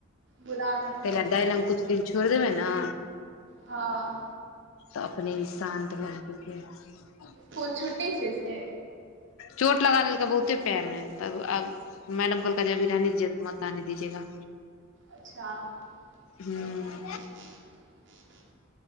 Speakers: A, on the right; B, on the left.
A: गोदानत नहि
B: तै लय
A: नहि
B: कै दाय
A: तऽ
B: लग कुछ दिन छोड़ देबै नै
A: हां।
B: तऽ अपने ई शान्त भऽ जेतै फेर
A: स्कूल छुट्टी छै से
B: चोट लगा लेलकै बहुते पैर मे तब आब मैडम कहलकै जे अभी रहने दीजिए अभी मत आने दीजिएगा।
A: अच्छा
B: हूँ
A: बढ़िया छै तब।